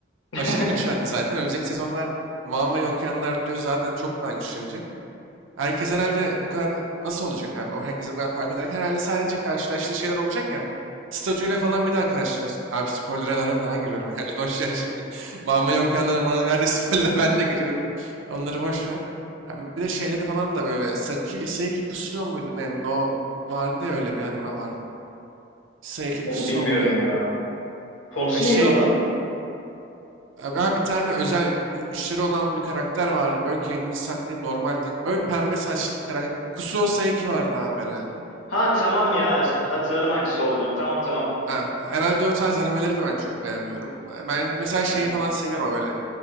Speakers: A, on the left; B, on the right.
A: <laughs>
B: Aşırı güçlendi zaten. Önümüzdeki sezonlar Manva'yı okuyanlar diyor zaten çok daha güçlenecek. Herkes herhalde o kadar nasıl olacak abi? O herkes o kadar fark ederken herhalde sadece karşılaştığı şeyler olacak ya. Statüyle falan bir daha karşılaş. Abi spoilerlara falan giriyorum herhalde. <laughs> Boş ver şimdi. <laughs> Mama yok nerede spoiler'a <laughs> ben de giriyorum. Onları boş ver. Abi bir de şeyleri falan da böyle Saki, Sayaki Kusuo muydu ne? No vardı ya öyle bir anime vardı. Sayaki
A: Onu
B: Kusuo
A: bilmiyorum
B: mu ne?
A: ya. Konusu
B: Ya şey
A: neydi onun?
B: abi abi bir tane özel gü- güçleri olan bir karakter vardı. Böyle kendini saklayıp normal takım. Böyle pembe saçlı bir karakter. Kusuo Sayaki vardı abi herhalde.
A: Ha tamam ya. Hatırladım hangisi olduğunu. Tamam tamam.
B: Ha, herhalde o tarz animeleri de ben çok beğenmiyorum. Ben ben mesela
A: <laughs>
B: şeyi falan seviyorum böyle.